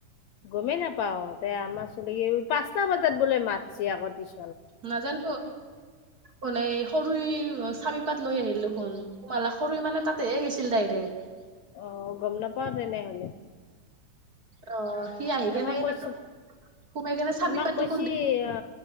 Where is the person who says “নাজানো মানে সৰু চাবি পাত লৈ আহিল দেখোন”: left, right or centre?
Right